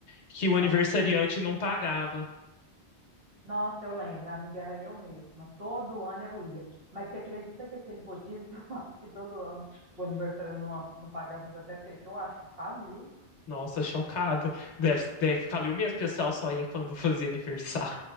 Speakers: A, on the left (about 85°); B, on the right (about 55°).
A: que o
B: Nossa,
A: aniversariante não pagava.
B: nossa, eu lembro, a amiga era eu mesma. Todo ano eu ia. Mas você acredita que aquele rodízio <laughs> lá, que todo ano o aniversário não, não pagava, eles até fechou? Acho que faliu.
A: Nossa, chocado. Deve, deve, falei o mesmo, o pessoal só ia quando fazia aniversário.